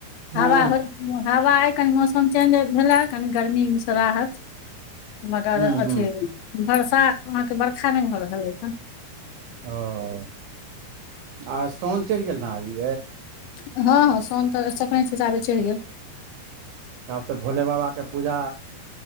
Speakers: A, on the left; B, on the right.
A: हवा
B: हँ
A: -हवा कनि मौसम चेंज भेला, कनि गर्मीसँ राहत मगर
B: हूँ
A: अथी
B: हूँ
A: बर्षा अहाँके बर्खा नहि भऽ रहल अ हन।
B: ओ आ सोउन चढ़ि गेल, ने अभी
A: हँ -हँ सोउन संक संक्रांति हिसाबे चढ़ि गेल।
B: आब तऽ भोले बाबाके पूजा